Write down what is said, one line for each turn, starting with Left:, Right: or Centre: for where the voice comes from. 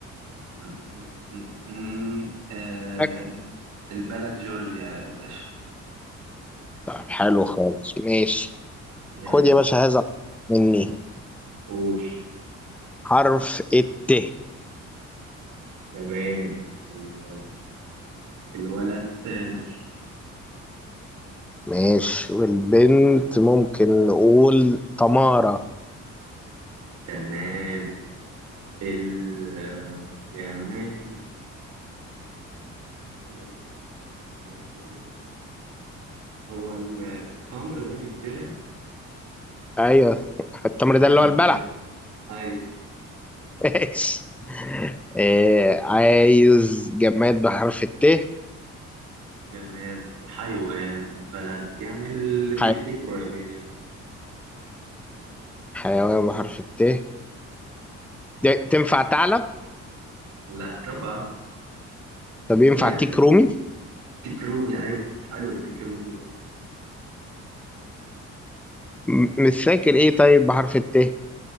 Right: مم، مم، مم. آه،
Centre: الأكل.
Right: البلد جورجيا يا باشا
Centre: طب حلو خالص ماشي
Right: يلا
Centre: خد يا باشا هذا مني
Right: قول
Centre: حرف الت
Right: تمام ال- الولد تامر
Centre: ماشي والبنت ممكن نقول تمارة
Right: تمام الجماد جماد جماد، حيوان. هو ال- التمر ده بيتزرع
Centre: ايوه <laughs> التمر
Right: يبقى
Centre: ده اللي
Right: نبات
Centre: هو البلح
Right: أيوة
Centre: <laughs> ماشي آه عايز جماد بحرف الت
Right: جماد حيوان بلد يعني اللي تفتكره
Centre: حي...
Right: يا باشا
Centre: حيوان بحرف الت ده تنفع ثعلب
Right: لا طبعا <laughs>
Centre: طب ينفع
Right: يعني
Centre: تيك رومي
Right: تكرومي ايوه حلو التكرومي ده
Centre: م- مش فاكر ايه طيب بحرف الت